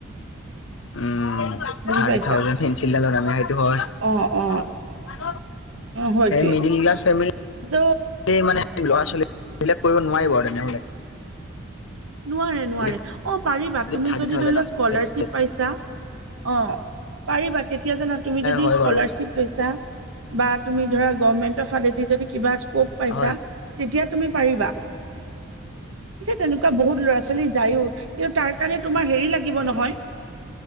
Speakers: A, on the left; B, on the right.
A: উম
B: বুজি
A: থাৰ্টি
B: পাইছা
A: থাউজেণ্ড পেঞ্চিলডালৰ দামেই, সেইটো হয়।
B: অ অ অ হয়টোৱে
A: মিডিল ক্লাছ ফেমেলি
B: ত
A: এই মানে ল'ৰা-ছোৱালী, এইবিলাক কৰিব নোৱাৰিব আৰু তেনেহ'লে।
B: নোৱাৰে নোৱাৰে।
A: যদি
B: অ' পাৰিবা, তুমি
A: থাৰ্টি
B: যদি
A: থাউজেণ্ড
B: ধৰি লোৱা
A: হয় তেতিয়াহ'লে
B: স্কলাৰশ্বিপ পাইছা! অ' পাৰিবা। তেতিয়া জানা, তুমি যদি
A: হয়
B: স্কলাৰশ্বিপ
A: বাৰু
B: লৈছা! বা তুমি ধৰা গভৰ্মেন লেদি যদি কিবা স্কোপ পাইছা,
A: হয়
B: তেতিয়া তুমি পাৰিবা। তেনেকুৱা বহুত ল'ৰা-ছোৱালী যায়ও, কিন্তু তাৰ কাৰণে তোমাৰ হেৰি লাগিব নহয়!